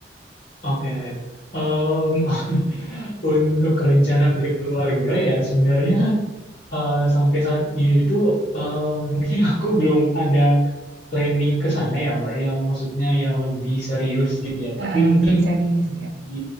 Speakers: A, on the left; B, on the right.
A: Oke. Em, <laughs> untuk rencana berkeluarga ya sebenarnya eh, sampai saat ini tuh eh, mungkin aku belum ada planning ke sana ya Mbak, yang maksudnya yang lebih serius gitu ya. Tapi
B: Ah,
A: mungkin
B: ah, belum serius ya.
A: di